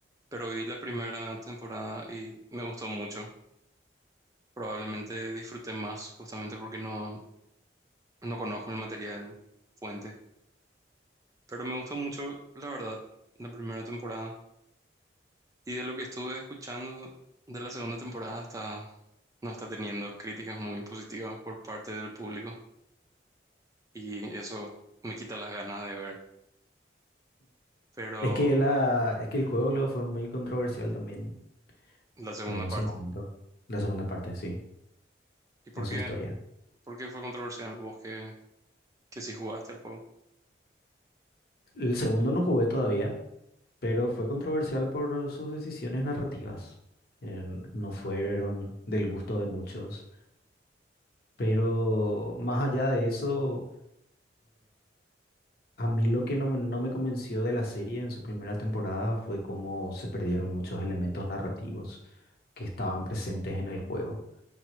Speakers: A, on the right; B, on the left.
A: pero vi la primera temporada y me gustó mucho. Probablemente disfruté más justamente porque no, no conozco el material fuente, pero me gustó mucho, la verdad, la primera temporada. Y de lo que estuve escuchando de la segunda temporada está, no está teniendo críticas muy positivas por parte del público y eso me quita las ganas de ver, pero
B: Es que la, es que el juego luego fue muy controversial también
A: la segunda
B: eh, en
A: parte.
B: su momento. La segunda parte, sí,
A: ¿Y por
B: en su
A: qué,
B: historia.
A: por qué fue controversial vos que, que sí jugaste el juego?
B: El segundo no jugué todavía, pero fue controversial por sus decisiones narrativas. que n- no fueron del gusto de muchos. Pero más allá de eso, A mí lo que no, me- no me convenció de la serie en su primera temporada fue cómo se perdieron muchos elementos narrativos que estaban presentes en el juego.